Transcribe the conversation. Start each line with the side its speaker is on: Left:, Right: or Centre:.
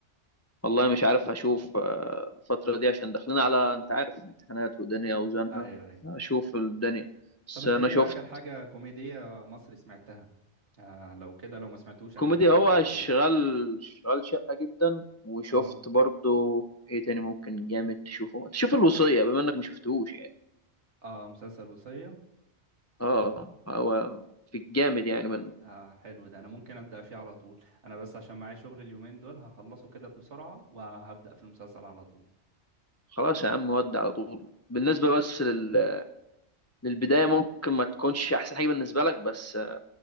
Left: والله مش عارف هشوف آه، الفترة دي عشان داخلين على انت عارف امتحانات ودنيا وزنقة
Right: ايوه ايوه
Left: هشوف الدنيا بس
Right: طب انت
Left: انا
Right: ايه
Left: شفت
Right: اخر حاجة كوميدية مصري سمعتها آه لو كده لو ما سمعتوش انا
Left: كوميدي
Right: ممكن
Left: هو
Right: ابدا فيه
Left: شغال شغال شقة جدا وشفت
Right: اه
Left: برضو ايه تاني ممكن جامد تشوفه شوف الوصية بما انك ما شفتهوش يعني
Right: اه مسلسل وصية
Left: اه هو في الجامد يعني منه
Right: آه حلو ده انا ممكن ابدا فيه على طول انا بس عشان معايا شغل اليومين دول هخلصه كده بسرعة وهبدا في المسلسل على طول
Left: خلاص يا عم ودي على طول بالنسبة بس لل... للبداية ممكن ما تكونش احسن حاجة بالنسبة لك بس